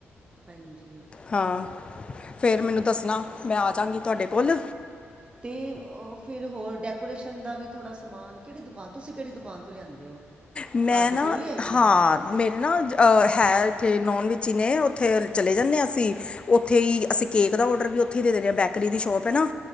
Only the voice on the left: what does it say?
ਹਾਂ, ਫਿਰ ਮੇਨੂੰ ਦੱਸਣਾ ਮੈਂ ਆ ਜਾਵਾਂਗੀ ਤੁਹਾਡੇ ਕੋਲ।
ਮੈਂ
ਨਾ,
ਹਾਂ।
ਮੇਰੇ ਨਾ ਅ ਹੈ ਤੇ ਨੋਨ ਵਿੱਚ ਹੀ ਨੇ ਉੱਥੇ ਚਲੇ ਜਾਣੇ ਆ ਅਸੀਂ ਉੱਥੇ ਹੀ ਇੱਕ ਸਿ ਕੇਕ ਦਾ ਔਡਰ ਵੀ ਉੱਥੇ ਹੀ ਦੇ ਦਿੰਨੇ ਆ ਬੈਕਰੀ ਦੀ ਸ਼ੋਪ ਹੈ ਨਾ।